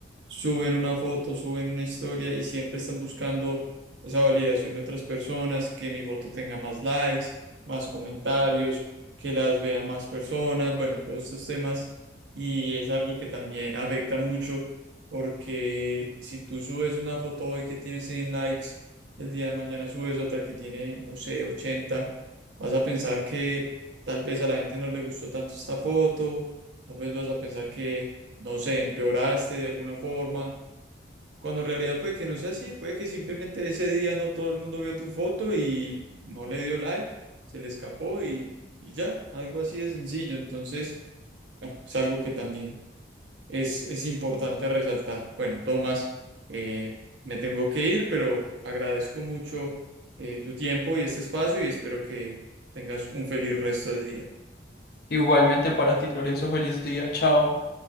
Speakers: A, on the right; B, on the left.
A: suben una foto, suben una historia y siempre están buscando esa validación de otras personas, que mi foto tenga más likes, más comentarios, que las vean más personas, bueno, todos estos temas. Y es algo que también afecta mucho porque si tú subes una foto hoy que tiene 100 likes, el día de mañana subes otra que tiene, no sé, ochenta vas a pensar que tal vez a la gente no le gustó tanto esta foto Tal vez vas a pensar que, no sé, empeoraste de alguna forma, cuando en realidad puede que no sea así, puede que simplemente ese día no todo el mundo vio tu foto y no le dio like, se le escapó y, y ya, algo así de sencillo. Entonces, bueno, es algo que también es, es importante resaltar. Bueno, Tomás, eh, me tengo que ir, pero agradezco mucho eh, tu tiempo y este espacio y espero que tengas un feliz resto de día.
B: Igualmente para ti, Lorenzo, feliz día, chao.